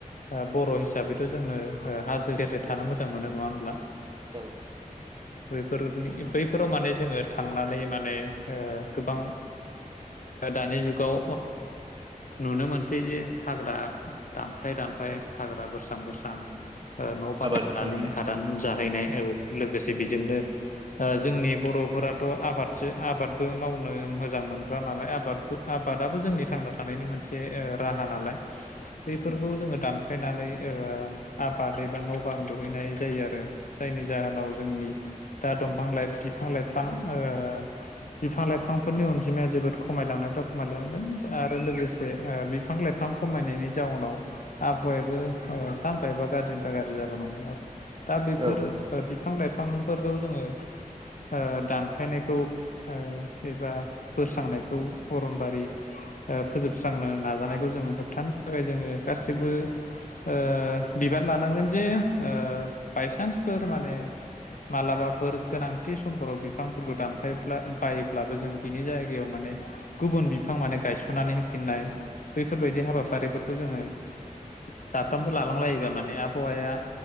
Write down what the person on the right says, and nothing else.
औ
आबाद
मावनाय
औ